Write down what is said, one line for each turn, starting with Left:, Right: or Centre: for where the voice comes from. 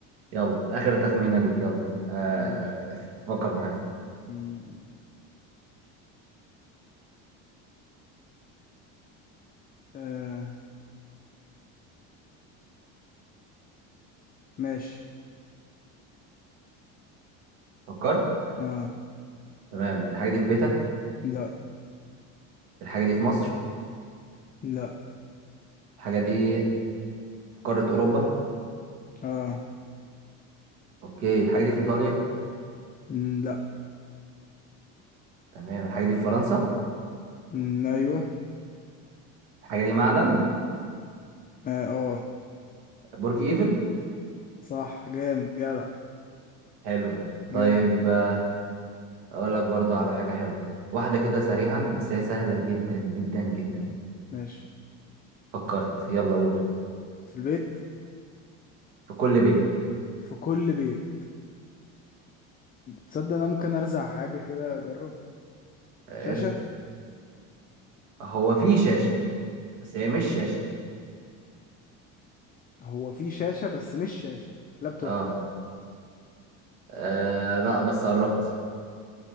Right: يلا آخر تخمينة ليك يلا آه...
Left: <laughs> ماشي
Right: فكر في حاجة
Left: مم. آه. ماشي
Right: فكرت
Left: اه
Right: تمام الحاجة دي في بيتك
Left: لا
Right: الحاجة دي في مصر
Left: لا
Right: الحاجة دي في قارة أوروبا
Left: اه
Right: أوكي الحاجة دي في إيطاليا
Left: مم، لا
Right: تمام الحاجة دي في فرنسا
Left: مم، ايوه
Right: الحاجة دي معلم
Left: اه آه.
Right: برج إيفل
Left: صح جامد جدع
Right: حلوة
Left: جامد
Right: طيب آه... أقول لك برضو على حاجة حلوة واحدة كده سريعا بس هي سهلة جدا جدا جدا
Left: ماشي
Right: فكرت يلا قول
Left: في البيت
Right: في كل بيت
Left: في كل بيت تصدق انا ممكن ارزع حاجة كده اجرب
Right: آه...
Left: شاشة
Right: ارزق هو في شاشة بس هي مش شاشة
Left: هو في شاشة بس مش شاشة لابتوب
Right: اه, آه... لا بس قربت